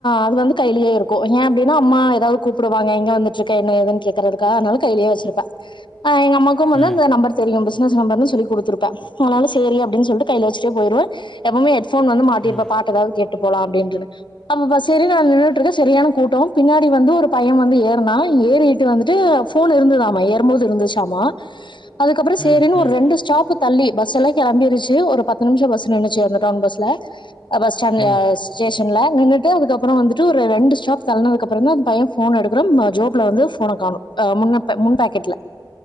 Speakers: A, on the left (about 80°); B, in the centre.
A: அது வந்து கையிலியே இருக்கு ஏ அப்டின்னா அம்மா ஏதாவது கூப்புட் து வாங்க எங்க வந்துட்டுருக்க என்ன ஏதுன்னு கேக்கறதுக்காக அதனால கையிலியே வச்சுருப்ப அ எங்க அம்மாக்கும் வந்து
B: ம்.
A: அந்த நம்பர் தெரியும் பிஸ்னஸ் நம்பர்னு சொல்லி குடுத்துருப்ப அதனால சேரி அப்டின்னு சொல்ட்டு கையில வச்சுட்டே போயிருவே எப்பவுமே ஹெட்போன் வந்து மாட்டிறுப்பே
B: ம்.
A: பாட்டெதாது கேட்டு ட்டு போலா அப்டிடுறுந்தே அப்ப பஸ்சேரி நா நின்னுட்டு இருக்கே சரியான கூட்டோ பின்னாடி வந்து ஒரு பைய வந்து ஏறுனா ஏறிட்டு வந்துட்டு போன் இருந்துதாமா ஏறும்போது இருந்துச்சாமா அதுக்கப்புறம்
B: ம்.
A: சேரின்னு
B: ம்.
A: ஒரு ரெண்டு ஸ்டாப்பு தள்ளி பஸ்செல்லா கெளம்பிருச்சி ஒரு பத்து நிமிஷ பஸ் நின்னுச்சு அந்த டவுன் பஸ்ல பஸ்டாண்ல
B: ம்.
A: ஸ்டேஷ னின்ல நின்ட்டு அதுக்கப்புற வந்துட்டு ஒரு ரெண்டு ஸ்டாப் தள்ளனதுக்குப்புறந்தா பைய போன் எடுக்குறா ஜோப்ல வந்து போன கா காணோம் அ முன்னப்ப முன் பேக்கெட்ல